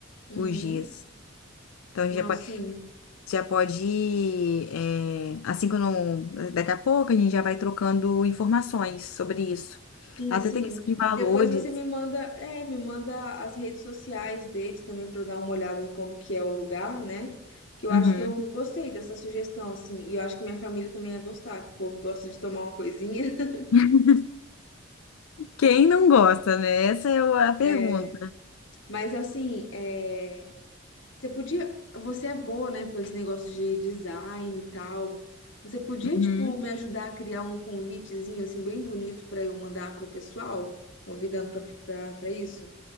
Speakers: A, on the left; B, on the left.
A: Uhum.
B: os dias. Então a
A: Não,
B: gente já pode,
A: sim.
B: já pode ir, é, assim que eu não, daqui a pouco a gente já vai trocando informações sobre isso.
A: Sim,
B: Até
A: sim.
B: tem questão de valores.
A: Depois você me manda, é, me manda as redes sociais deles também para eu dar uma olhada em como que é o lugar, né? Que eu
B: Uhum.
A: acho que eu gostei dessa sugestão, assim, e eu acho que minha família também ia gostar, que o povo gosta de tomar uma coisinha. <laughs>
B: <laughs> Quem não gosta, né? Essa é o- a pergunta.
A: É, mas assim, é, você podia, você é boa, né, com esse negócio de design e tal. Você podia,
B: Uhum.
A: tipo, me ajudar a criar um convitezinho assim bem bonito para eu mandar pro pessoal, convidando para para isso?